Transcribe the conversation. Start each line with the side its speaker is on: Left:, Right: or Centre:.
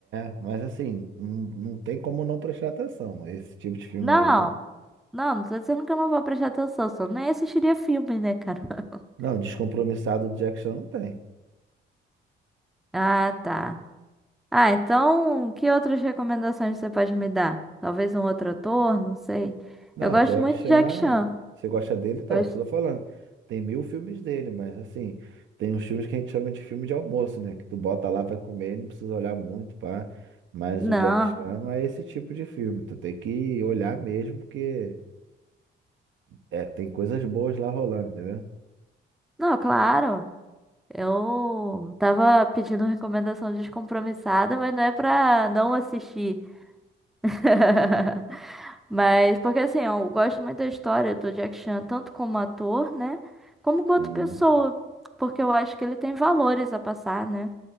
Right: é, mas assim, não, não tem como não prestar atenção. Esse tipo de filme
Centre: Não,
Right: aí,
Centre: não, não tô dizendo que eu não vou prestar atenção, só nem assistiria filme, né, cara? <laughs>
Right: não, descompromissado do Jack Chan não tem.
Centre: Ah, tá. Ah, então, que outras recomendações você pode me dar? Talvez um outro ator, não sei.
Right: Não,
Centre: Eu gosto
Right: Jack
Centre: muito
Right: Chan,
Centre: de Jack Chan.
Right: você gosta dele? Então,
Centre: Gosto-
Right: isso que eu tô falando. Tem mil filmes dele, mas assim, tem uns filmes que a gente chama de filme de almoço, né? Que tu bota lá, vai comer, não precisa olhar muito, pá. Mas
Centre: Não,
Right: o Jack Chan não é esse tipo de filme. Tu tem que olhar mesmo, porque é, tem coisas boas lá rolando, entendeu?
Centre: não, claro. Eu tava pedindo recomendação descompromissada, mas não é pra não assistir. <laughs> Mas, porque assim, eu gosto muito da história do Jack Chan, tanto como ator, né? Como quanto
Right: Sim.
Centre: pessoa. Porque eu acho que ele tem valores a passar, né?